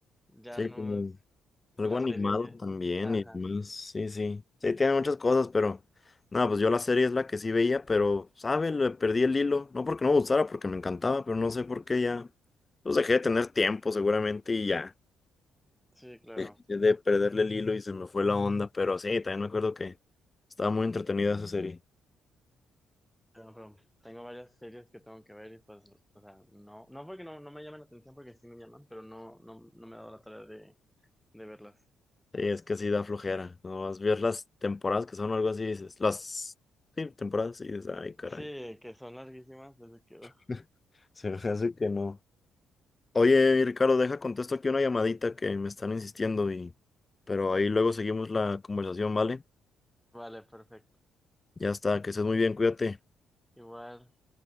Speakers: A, in the centre; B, on the left.
A: Ya
B: Sí,
A: no
B: como
A: es la
B: Algo animado
A: serie.
B: también
A: Ajá.
B: y demás. Sí, sí. Sí, tiene muchas cosas, pero. Nada, pues yo la serie es la que sí veía, pero, ¿sabe? Le perdí el hilo. No porque no me gustara, porque me encantaba, pero no sé por qué ya. Pues dejé de tener tiempo, seguramente, y ya.
A: Sí, claro.
B: Dejé De perderle el hilo y se me fue la onda, pero sí, también me acuerdo que estaba muy entretenida esa serie.
A: Pero, pero tengo varias series que tengo que ver y pues, o sea, no, no porque no, no me llamen la atención, porque sí me llaman, pero no, no, no me he dado la tarea de, de verlas.
B: Sí, es que sí da flojera. No vas a ver las temporadas que son o algo así, dices. Las. Sí, temporadas, y dices, ay, caray.
A: Sí, que son larguísimas, desde que... uf.
B: <laughs> Se me hace que no. Oye, Ricardo, deja contesto aquí una llamadita que me están insistiendo y pero ahí luego seguimos la conversación, ¿vale?
A: Vale, perfecto.
B: Ya está, que estés muy bien, cuídate.
A: Igual.